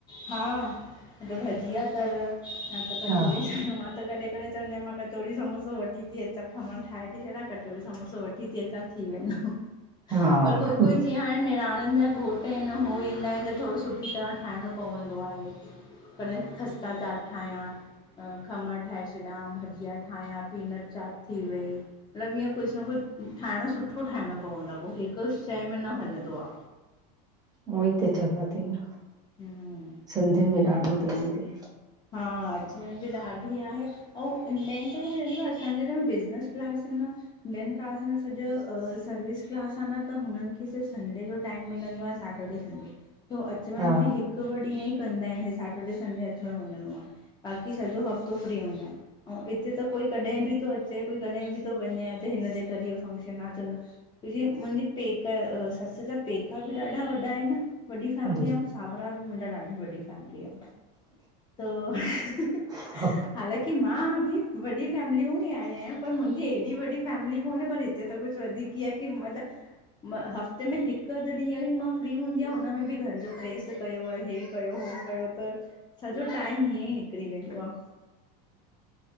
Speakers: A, on the left; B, on the right.
A: हा, न त भॼिया तर, या त
B: आहे
A: कचोड़ी
B: हा
A: ठांयूं, मां त कॾह कढेए चंवनीयां, मां कचोङी समोसो वठी ती अचां, खमण ठाहे थी छॾिया, कचोरी समोसो वठी थी अचां, थी थी वेंदो,
B: हा
A: पर कोई कोई जीअं हाणे निणाननि जा घोटु एंन हो ईंदा एंन त थोङो, स सुठी तरह ठाहिणो पवंदो आहे, कॾह खस्ता चाट ठायां अं, खमण ठाहे छॾा, भजिया ठाहियां, पीनट चाट थी वई मतलबु ईअं कुझु न कुझु, ठाहिणो सुठो ठाहिणो पवंदो आ, पो हिकु शंए में न हलदो आ।
B: ऊअ ई त चवां थी न,
A: आहे
B: सिंधियुनि में ॾाढो तई दीदी।
A: हां, अचु वञ ॿि ॾाढी आहे। ओं, मेन त छा आहे न, असांजे घर बिज़नस क्लास इन न ॿियनि काज़ में, सॼो सर्विस क्लास आ न, त हुननि खे सिर्फ संडे जो टाइम मिलंदो आहे, सेटरडे संङे तो, अच वञि
B: हा
A: बि हिकु ॿ ॾींहं ई कंदा एंन, हे सेटर्डे संडे अ त वञणो आ, बाक़ी सॼो हफ़्तो फ्री हूंदा एंन ओं इते त कोई कॾेह बि थो अचे कोई कॾेह बि थो वञे, अॼु हिन जे करीयफ फंक्शन आहे चोंदां, ज़ी, मुंहिंजी पेक अ, ससु जा पेका बि ॾाढा वॾा आहिनि। वॾी फैमिली
B: अरे
A: आऊं, सांवरा ॿि मुंहिंजा ॾाढी वॾी फैमिली आ, त
B: हा।
A: हालांकीं मां ॿि वॾी फैमिलियूं ई आई आहियां, पर मुंहिंजी हेॾी वॾी फैमिली कोन्हे, पर हिते त कुझ वधीक कीअ आ की मतलब मां हफ़्ते में हिकु अधु ॾींहुं ही मां फ्री हूंदी आ, हुन में बि घर जो प्रेस कयो, ए हे कयो हो कयो त, सॼो टाइम हीअं ई निकिरी वेंदो आ।